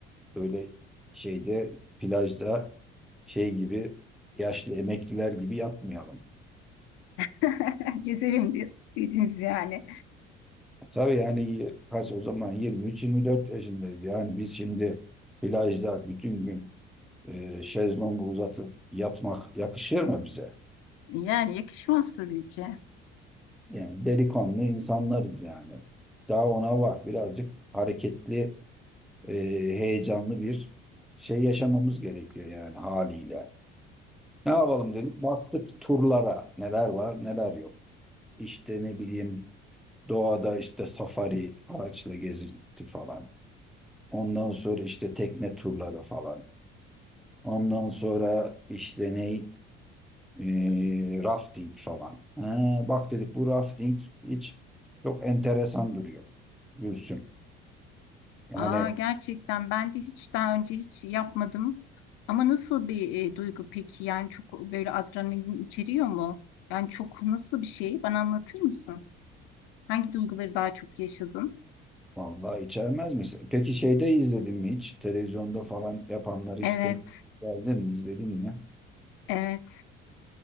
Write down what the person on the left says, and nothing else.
<laughs> Gezelim de- dediniz yani.
Yani yakışmaz tabii ki.
Aa, gerçekten ben de hiç daha önce hiç yapmadım. Ama nasıl bir e, duygu peki? Yani çok böyle adrenalin içeriyor mu? Yani çok nasıl bir şey? Bana anlatır mısın? Hangi duyguları daha çok yaşadın?
Evet,
evet.